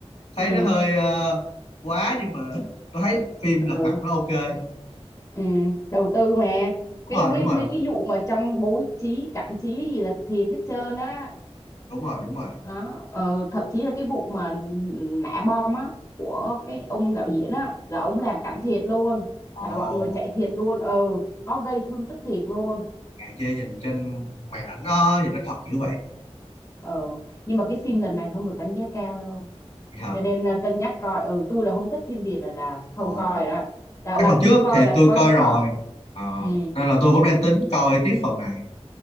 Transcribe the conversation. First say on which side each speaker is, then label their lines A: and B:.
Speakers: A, on the left; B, on the left.
A: ừ
B: thấy nó hơi ờ, quá nhưng mà tôi thấy phim
A: ok
B: Lật Mặt nó ok
A: Ừ, đầu tư mà
B: đúng
A: cái
B: rồi
A: cái
B: đúng
A: mấy
B: rồi
A: cái vụ mà trong bố trí cảnh trí gì là thiệt hết trơn á
B: đúng rồi đúng rồi
A: đó ờ, thậm chí là cái vụ mà nã bom á của cái ông đạo diễn á là ông làm cảnh thiệt luôn
B: ồ
A: là mọi người chạy thiệt luôn ừ có gây thương tích thiệt luôn
B: hạn chế nhìn trên màn ảnh nó nhìn nó thật kiểu vậy
A: ờ nhưng mà cái phim lần này không được đánh giá cao đâu
B: vậy hả
A: cho nên là cân nhắc coi ừ tôi là không thích phim Việt rồi là
B: ồ
A: không coi rồi đó là,
B: mấy
A: là
B: phần trước
A: đi coi
B: thì
A: là
B: tôi
A: coi
B: coi
A: cho
B: rồi
A: có
B: Ờ,
A: ừ,
B: nên là tôi cũng đang tính coi tiếp phần này